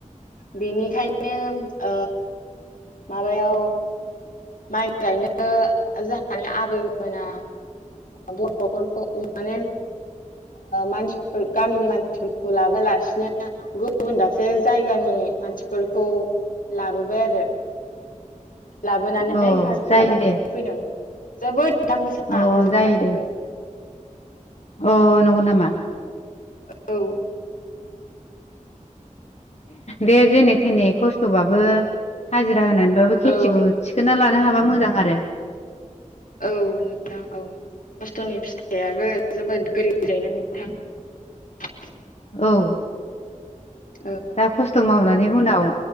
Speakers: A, on the left; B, on the left.
A: बेनिखायनो माबायाव माइ गायनो जाहानि आबैमोना बर'फोरखौ माने मानसि गामिनि मानसिफोरखौ लाबोलासिनो गुबुन दासे जायगानि मानसिफोरखौ लाबोबाय आरो लाबोनानै
B: औ
A: हाजिरा
B: जायो
A: गायफैदों
B: दे
A: जोबोद दाम गोसाा
B: अ
A: हाजिराफ्राबो
B: जायो दे अ नंगौ नामा?
A: औ
B: दे जेनै थेने खस्थ'बाबो हाजिरा होनानैबाबो खेथिखौ
A: औ
B: थिखोना लानो हाबा मोजां आरो
A: औ नोंथां औ खस्थ'नि फिथाइाबो जोबोद गोरिलायना <unintelligible>
B: औ
A: औ
B: दा खस्थ' मावनानै उनाव